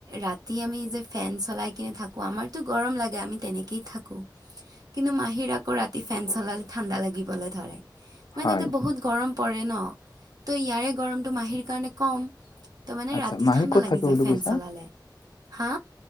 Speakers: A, on the right; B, on the left.
A: ৰাতি আমি যে ফেন চলাই কিনে থাকো আমাৰতো গৰম লাগে আমি তেনেকেই থাকো। কিন্তু মাহী আকৌ ৰাতি ফেন চলালে ঠাণ্ডা লাগিবলৈ ধৰে মই
B: হয়
A: তাতে বহুত গৰম। পৰে ন তো ইয়াৰে গৰমটো মাহীৰ কাৰণে কম। ত মানে
B: আচ্ছা
A: ৰাতি
B: মাহী
A: ঠাণ্ডা
B: ক'ত
A: লাগি
B: থাকে
A: যায়
B: বুলি
A: ফেন
B: কৈছা
A: চলালে হা।